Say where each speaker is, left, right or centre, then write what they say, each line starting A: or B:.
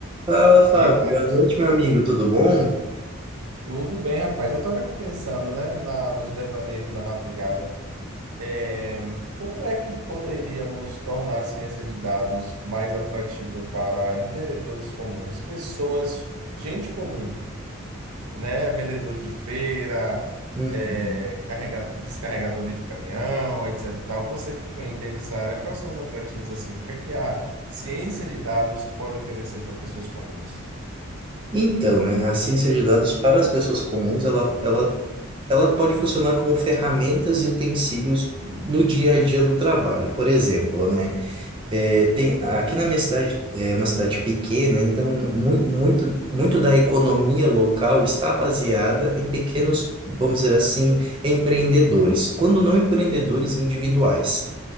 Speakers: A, on the right (about 25°); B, on the right (about 85°).
A: Fala, Fábio.
B: Diga, Alex,
A: Boa noite,
B: tudo bem?
A: meu amigo. Tudo bom?
B: Tudo bem, rapaz. Eu estava aqui pensando, né, na, nos devaneios da madrugada. É, como é que poderíamos tornar a ciência de dados mais atrativa para empreendedores comuns, pessoas, gente comum, né? Vendedores de feira,
A: Uhum.
B: é, carrega- descarregadores de caminhão, etc. e tal. Você que entende essa área, quais são os atrativos assim? O que é que a ciência de dados pode oferecer para pessoas comuns?
A: Então, né, a ciência de dados para as pessoas comuns, ela, ela, ela pode funcionar como ferramentas e utensílios no dia a dia do trabalho. Por exemplo, né, É, tem, aqui na minha cidade é uma cidade pequena, então mu muito, muito da economia local está baseada em pequenos, vamos dizer assim, empreendedores, quando não empreendedores individuais.